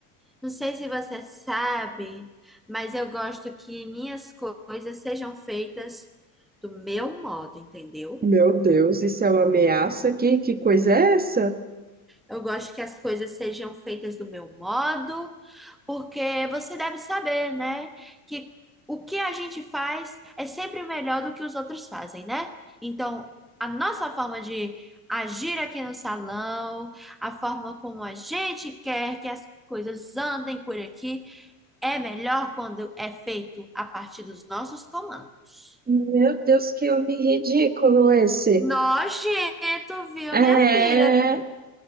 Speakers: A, in the centre; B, on the right.
A: não sei se você sabe, mas eu gosto que minhas coisas sejam feitas do meu modo, entendeu?
B: Meu Deus, isso é uma ameaça aqui? Que coisa é essa?
A: Eu gosto que as coisas sejam feitas do meu modo Porque você deve saber, né, que o que a gente faz é sempre melhor do que os outros fazem, né? Então, a nossa forma de agir aqui no salão, a forma como a gente quer que as coisas andem por aqui, é melhor quando é feito a partir dos nossos comandos.
B: Meu Deus, que homem ridículo esse.
A: Nojento, viu,
B: É,
A: minha filha?